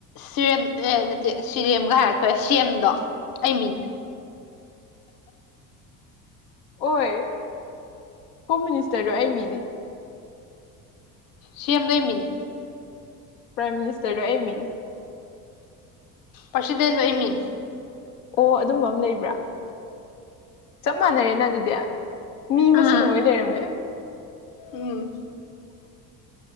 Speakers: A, on the left; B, on the left.
A: ꯁꯤꯔꯦꯝ ꯑꯦ ꯅꯠꯇꯦ ꯁꯤꯔꯦꯝꯒ ꯍꯥꯏꯔꯛꯇꯔꯦ ꯁꯤ ꯑꯝꯗꯣ ꯑꯩ ꯃꯤꯅꯦ
B: ꯍꯣꯏ ꯍꯣꯝ ꯃꯤꯅꯤꯁꯇꯔꯗꯣ ꯑꯩ ꯃꯤꯅꯦ
A: ꯁꯤ ꯑꯦꯃꯗꯣ ꯑꯩ ꯃꯤꯅꯤ
B: ꯄ꯭ꯔꯥꯏꯝ ꯃꯤꯅꯤꯁꯇꯔꯗꯣ ꯑꯩ ꯃꯤꯅꯦ
A: ꯄꯁꯤꯗꯦꯟꯗꯣ ꯑꯩ ꯃꯤꯅꯦ
B: ꯑꯣ ꯑꯗꯨꯝꯕ ꯑꯃ ꯂꯩꯕ꯭ꯔꯥ ꯆꯞ ꯃꯥꯟꯅꯔꯦꯅ ꯑꯗꯨꯗꯤ ꯃꯤ ꯃꯁꯦꯟ
A: ꯎꯝ
B: ꯑꯣꯏ ꯂꯩꯔꯝꯃꯦ
A: ꯎꯝ